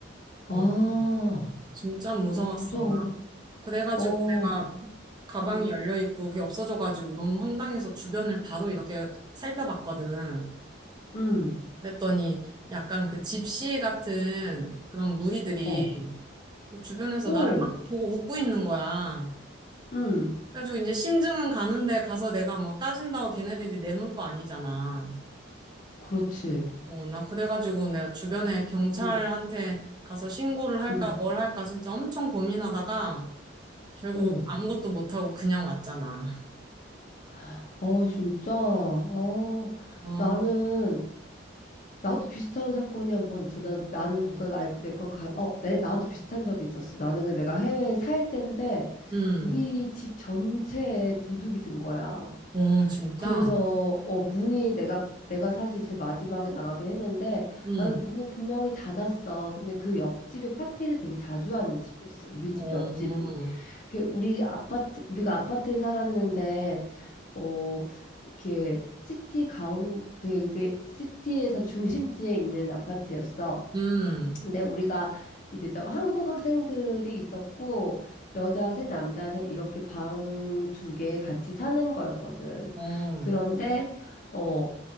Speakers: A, on the right (about 20°); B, on the left (about 40°).
A: 어,
B: 아, 어,
A: 진짜 무서웠어,
B: 무서워.
A: 나. 그래가지고
B: 어.
A: 내가 가방이
B: 응.
A: 열려있고 그게 없어져가지고 너무 황당해서 주변을 바로 이렇게 살펴봤거든.
B: 응.
A: 그랬더니 약간 그 집시 같은 그런 무리들이
B: 어.
A: 그 주변에서
B: 오.
A: 나를 막 보고 웃고 있는 거야.
B: 응.
A: 그래가지고 이제 심증은 가는데 가서 내가 뭐 따진다고 걔네들이 내놓을 거 아니잖아.
B: 그렇지.
A: 어, 나 그래가지고 내가 주변에 경찰한테
B: 응,
A: 가서 신고를 할까
B: 응,
A: 뭘 할까 진짜 엄청 고민하다가 결국
B: 응.
A: 아무것도 못하고 그냥 왔잖아.
B: 아, 진짜. 아,
A: 아,
B: 나는, 나도 비슷한 사건이 한번 있어. 난, 나는 누가 나, 내거 가, 어, 내, 나도 비슷한 적이 있었어. 나는 근데 내가 해외에 살 때인데,
A: 음,
B: 우리 집 전체에 도둑이 든 거야.
A: 어, 진짜?
B: 그래서, 어, 문이 내가, 내가 사실 제일 마지막에 나가긴 했는데,
A: 음,
B: 나는 문을 분명히 닫았어. 근데 그 옆집에 파티를 되게 자주 하는 집이었어. 우리
A: 어,
B: 집 옆집이. 그게 우리 아파트, 우리가 아파트에 살았는데, 어, 이렇게 시티 가운, 되게 그게 시티에서 중심지에 있는 아파트였어.
A: 음,
B: 근데 우리가 이제 또 한국 학생들이 있었고, 여자 셋, 남자 셋, 이렇게 방 두 개 같이 사는 거였거든.
A: 어,
B: 그런데, 어,